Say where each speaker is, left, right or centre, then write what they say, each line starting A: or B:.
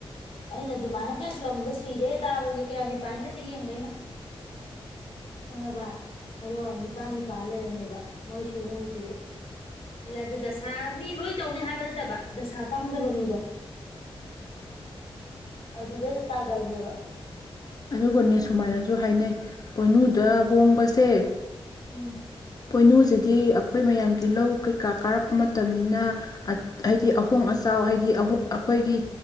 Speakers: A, on the left (about 65°); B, on the left (about 40°).
A: ꯑꯩꯅ ꯑꯗꯨꯃꯥꯏꯅ ꯍꯦꯛ ꯂꯝꯗ ꯁꯤꯔꯦ ꯇꯥꯕꯁ ꯀꯌꯥꯅꯤꯄꯥꯟ ꯍꯦꯛꯇ ꯌꯦꯡꯕꯩꯅ ꯈꯪꯉꯕ ꯑꯗꯣ ꯅꯤꯄꯥ ꯅꯤꯄꯥ ꯂꯩꯔꯝꯃꯦꯕ ꯃꯣꯏ ꯁꯤ ꯅꯨꯃꯤꯠꯇꯨꯁꯨ ꯑꯗꯨ ꯗꯁꯥ ꯃꯤ ꯂꯣꯏ ꯇꯧꯅꯤ ꯍꯥꯏꯕ ꯅꯠꯇꯕ ꯗꯁꯥ ꯄꯥꯡꯗꯕ ꯃꯤꯗꯣ ꯑꯗꯨꯗꯩꯗ ꯇꯥꯒꯜꯂꯦꯕ
B: ꯑꯗꯨꯒꯅꯦ ꯁꯨꯃꯥꯏꯅꯁꯨ ꯍꯥꯏꯅꯩ ꯄꯣꯏꯅꯨꯗ ꯍꯣꯡꯕꯁꯦ
A: ꯎꯝ
B: ꯀꯣꯏꯅꯨꯁꯤꯗꯤ ꯑꯩꯈꯣꯏ ꯃꯌꯥꯝꯒꯤ ꯂꯧ ꯀꯩꯀꯥ ꯀꯥꯔꯛꯄ ꯃꯇꯝꯅꯤꯅ ꯍꯥꯏꯗꯤ ꯑꯍꯣꯡ ꯑꯆꯥꯎ ꯍꯥꯏꯗꯤ ꯑꯩꯈꯣꯏꯒꯤ